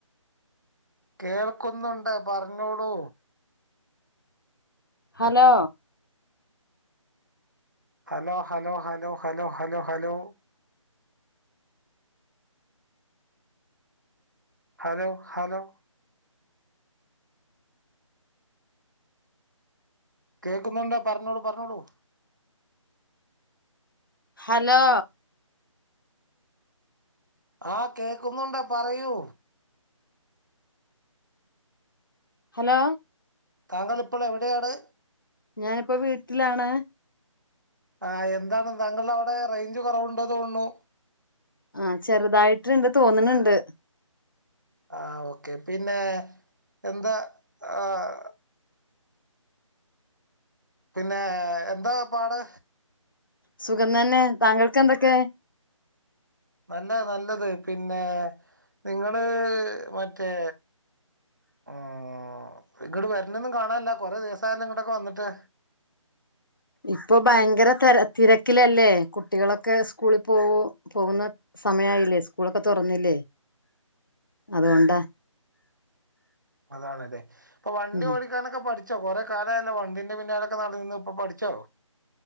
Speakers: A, on the right; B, on the left.
A: കേൾക്കുന്നുണ്ട് പറഞ്ഞോളൂ
B: hello
A: hello hello hello hello hello hello hello hello കേക്കുന്നുണ്ട് പർഞ്ഞോളു പർഞ്ഞോളൂ
B: ഹലോ
A: ആഹ് കേക്കുന്നുണ്ട് പറയൂ
B: ഹലോ
A: താങ്കൾ ഇപ്പോൾ എവിടെയാണ്
B: ഞാനിപ്പ വീട്ടിലാണ്
A: ആഹ് എന്താണ് താങ്കള്ടെ അവിടെ റേയ്ഞ്ച് കൊറവുണ്ട് തോൺണു
B: ആഹ് ചെറുതായിട്ട് ഇണ്ട് തോന്ന്ണ് ണ്ട്
A: ആഹ് ഓക്കെ പിന്നെ എന്താ ആഹ് പിന്നെ എന്താ പാട്
B: സുഖം തന്നെ താങ്കൾക്ക് എന്തെക്കെ
A: എന്താ നല്ലത് പിന്നെ നിങ്ങള് മറ്റേ ഉം ഇങ്ങട് വെര്നൊന്നും കാണാല്ല കൊറെ ദിവസായാല്ലോ ഇങ്ങട്ടൊക്കെ വന്ന്ട്ട്
B: ഇപ്പൊ ഭയങ്കര തെര തിരക്കിലല്ലേ കുട്ടികളൊക്കെ സ്കൂളി പോവും പോകുന്ന സമയായില്ലേ സ്കൂളൊക്കെ തൊറന്നില്ലേ അതുകൊണ്ടാ
A: അതാണ്ല്ലേ ഇപ്പ വണ്ടി
B: ഉം
A: ഓടി ക്കാനൊക്കെ പഠിച്ചോ കൊറെ കാലായല്ലോ വണ്ടിന്റെ പിന്നാലൊക്കെ നടന്നീന്നു ഇപ്പൊ പഠിച്ചോ